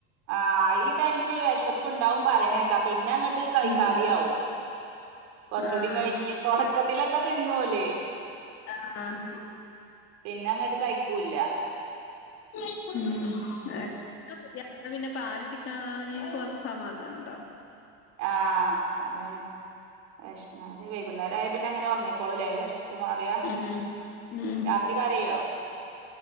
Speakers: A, on the right; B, on the left.
A: ആഹ് ഈ ടൈമില് വെശെപ്പ്ണ്ടാവും പറീണേക്കാ പിന്നെ അങ്ങട്ട് കഴിക്കാതിം
B: ഉം
A: ആവും കാെർച്ചൂടിം
B: ആഹ്
A: കഴിഞ്ഞ് താെടക്കത്തിലൊക്കെ തിന്നു ഓല്
B: അഹ് ആഹ്
A: പിന്നങ്ങട്ട് കയ്ക്കൂല്ലാ
B: ഉം <unintelligible> <unintelligible> പിന്നെ പാല് കുടിക്കാന് കെർച്ച് സമാധാനണ്ടാവും
A: ആഹ് അതാണ് വെഷ്മ അല്ലേ വൈകുന്നേരായ പിന്നെ അങ്ങെനെ ഒർങ്ങി ക്കോളുംലേ വെഷ്പ്പ് മാറ്യാ
B: ഉം ഉം
A: രാത്രി കരയോ